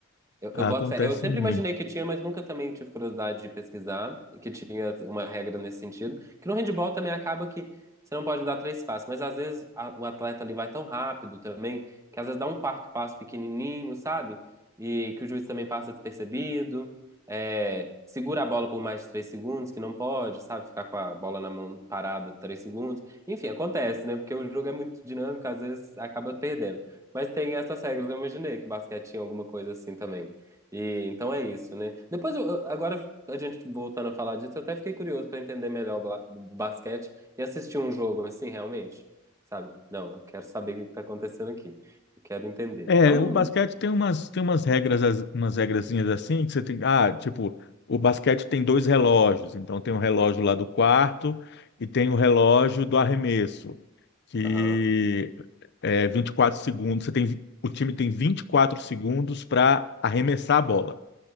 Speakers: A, on the right; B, on the left.
A: Eu,
B: Acontece
A: eu boto fé. Eu sempre
B: muito
A: imaginei que tinha, mas nunca também tive curiosidade de pesquisar que tinha uma regra nesse sentido. Que no handebol também acaba que você não pode dar três passos, mas às vezes a- o atleta ali vai tão rápido também que às vezes dá um quarto passo pequenininho, sabe? E que o juiz também passa despercebido. É, segura a bola por mais de três segundos, que não pode, sabe? Ficar com a bola na mão parada três segundos. Enfim, acontece, né? Porque o jogo é muito dinâmico, às vezes acaba perdendo. Mas tem essas regras, eu imaginei que o basquete tinha alguma coisa assim também. E então é isso, né? Depois, eu- eu- agora a gente voltando a falar disso, eu até fiquei curioso para entender melhor o ba- o basquete e assistir um jogo assim, realmente, sabe? Não, eu quero saber o que que tá acontecendo aqui. Eu quero entender.
B: É,
A: Que é um.
B: o basquete tem umas, tem umas regras, as- umas regrazinhas assim, que você tem, ah, tipo, o basquete tem dois relógios, então tem o relógio lá do quarto e tem o relógio do arremesso, que
A: Aham,
B: é 24 segundos, você tem, vi- o time tem 24 segundos para arremessar a bola,